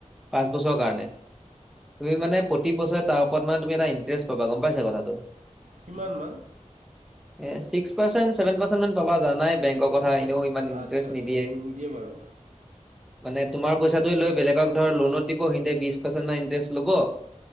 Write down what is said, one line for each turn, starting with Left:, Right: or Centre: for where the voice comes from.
Centre: পাঁচ বছৰৰ কাৰণে। তুমি মানে প্ৰত প্ৰত্যিক বছৰে তাৰ ওপৰত মানে তুমি এটা ইণ্টাৰেষ্ট পাবা। গম পাইছা কথাটো?
Right: কিমান মান?
Centre: এ ছিক্স পাৰ্চেন্ট, ছেভেন পাৰ্চেন্ট মান পাবা। জানাই বেংকৰ কথা এনেও ইমান ইণ্টাৰেষ্ট
Right: আচ্ছা আচ্ছা
Centre: নিদিয়ে।
Right: বাৰু
Centre: মানে তোমাৰ পইচাটোৱে লৈ বেলেগক ধৰ লোনত দিব। সিনতে বিছ পাৰ্চেন্ট মান ইন্টাৰেষ্ট ল'ব। <inaudible>